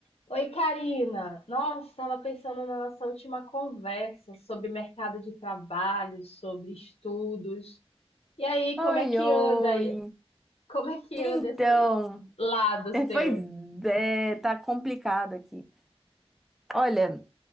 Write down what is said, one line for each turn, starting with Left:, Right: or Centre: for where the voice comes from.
Left: Oi, Karina. Nossa, estava pensando na nossa última conversa sobre mercado de trabalho, sobre estudos. E aí, como
Centre: Oi,
Left: é que
Centre: oi.
Left: anda aí? Como é que
Centre: Então,
Left: anda esse lado
Centre: <laughs> é,
Left: seu?
Centre: pois é, tá complicado aqui. Olha,